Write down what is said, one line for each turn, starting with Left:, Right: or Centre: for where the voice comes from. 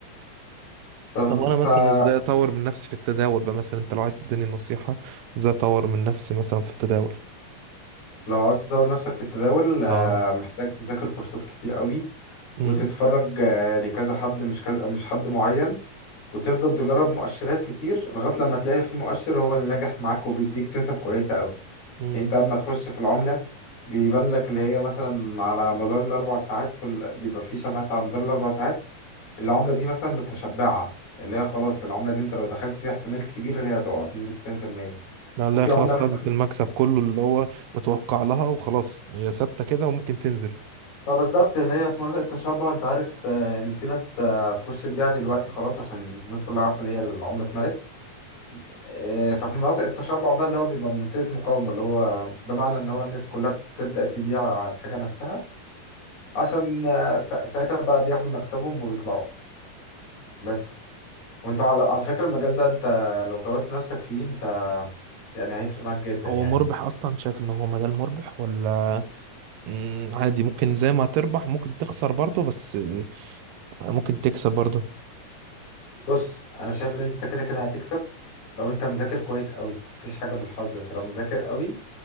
Left: طب
Right: طب انا
Left: فلو
Right: مثلا ازاي اطور من نفسي في التداول بقى مثلا انت لو عايز تديني نصيحة ازاي اطور من نفسي مثلا في التداول
Left: عاوز تطور نفسك في التداول آه،
Right: اه
Left: محتاج تذاكر كورسات كتير قوي
Right: امم
Left: وتتفرج آه، لكذا حد مش كذا مش حد معين وتفضل تجرب مؤشرات كتير لغاية لما تلاقي في مؤشر هو اللي نجح معاك وبيديك كسب كويسة قوي.
Right: امم
Left: انت اما تخش في العملة بيبان لك اللي هي مثلا على مدار الاربع ساعات كل بيبقى في شمعات على مدار الاربع ساعات العملة دي مثلا متشبعة اللي هي خلاص العملة دي انت لو دخلت فيها احتمال كبير اللي هي تقع بنسبة 90%
Right: لا لا
Left: وفي
Right: خلاص
Left: عملة
Right: خدت
Left: مثلا
Right: المكسب كله اللي هو متوقع لها وخلاص هي ثابتة كده وممكن تنزل
Left: ما بالظبط اللي هي في منطقة التشبع انت عارف آه، ان في ناس آه، هتخش تبيع دلوقتي خلاص عشان الناس كلها عارفة اللي هي العملة اتملت آه، ففي مناطق التشبع ده اللي هو بيبقى منطقة مقاومة اللي هو بمعنى ان هو الناس كلها بتبدأ تبيع على الحاجة نفسها عشان آه، سا- ساعتها بقى بياخدوا مكسبهم وبيطلعوا بس وانت على على فكرة المجال ده انت لو طورت نفسك فيه انت يعني هيفرق معاك جدا
Right: هو
Left: يعني
Right: مربح اصلا شايف ان هو مجال مربح ولا مم، عادي ممكن زي ما تربح ممكن تخسر برضه بس آه، ممكن تكسب برضه
Left: بص انا شايف ان انت كده كده هتكسب لو انت مذاكر كويس قوي مفيش حاجة بالحظ انت لو مذاكر قوي